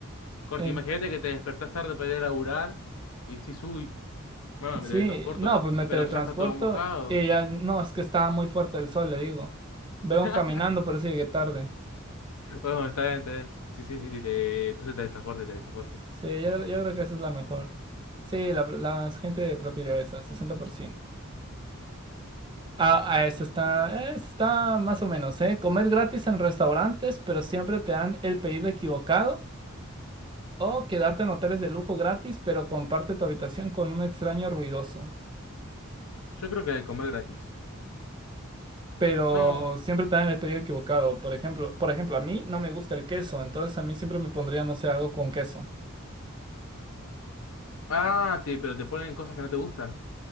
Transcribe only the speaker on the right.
En-
Sí,
no, pues me
teletransporto
y ya, no, es que estaba muy fuerte el sol, le digo. Vengo
caminando, por eso llegué tarde.
Sí, yo, creo- yo creo que esa es la mejor. Sí, la, la gente prefirió esa, 60%. Ah, ah, eso está, eh, esa está más o menos, ¿eh? Comer gratis en restaurantes, pero siempre te dan el pedido equivocado. O quedarte en hoteles de lujo gratis, pero comparte tu habitación con un extraño ruidoso.
Pero
siempre te dan el pedido equivocado. Por ejemplo, por ejemplo, a mí no me gusta el queso, entonces a mí siempre me pondría, no sé, algo con queso.